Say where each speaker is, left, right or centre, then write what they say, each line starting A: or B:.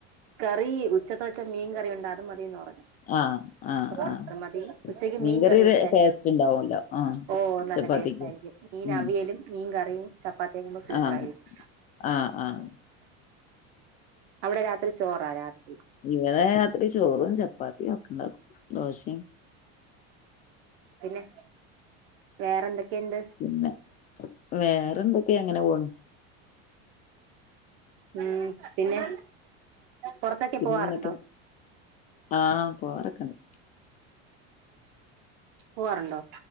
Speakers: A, on the right; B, on the left.
A: കറി ഉച്ചത്തെ വെച്ച മീൻ കറി ഉണ്ട് അത് മതീന്ന് പറഞ്ഞ്
B: ആഹ് ആഹ്
A: <unintelligible>
B: ആഹ്
A: മതി ഉച്ചക്ക്
B: മീൻകറി
A: മീൻ കറി വെച്ചായ്‌ര്ന്ന്
B: ടേസ്റ്റ് ഉണ്ടാവല്ലോ ആഹ്
A: ഓ നല്ല
B: ചപ്പാത്തിക്ക്
A: ടേസ്റ്റ് ആയിരിക്കും മീന
B: ഉം
A: അവിയലും മീൻ കറിയും ചപ്പാത്തിക്മ്പോ സൂപ്പറായിരിക്കും
B: ആഹ് ആഹ് ആഹ്
A: <inaudible> അവടെ രാത്രി ചോറാ രാത്രി
B: ഇന്നലെ രാത്രി ചോറും ചപ്പാത്തിയും ഒക്ക ഇണ്ടാക്കും ദോശിം
A: പിന്നെ വേറെന്തെ ക്കെണ്ട്
B: പിന്നെ വേറെ എന്തൊക്കെയ അങ്ങനെ പോണു
A: ഉം പിന്നെ പുറത്തൊക്കെ
B: പിന്നെ
A: പോവാറുണ്ടോ
B: എന്തൊക്കെ ആഹ് പോവാറൊക്കെണ്ട്
A: പോവാറുണ്ടോ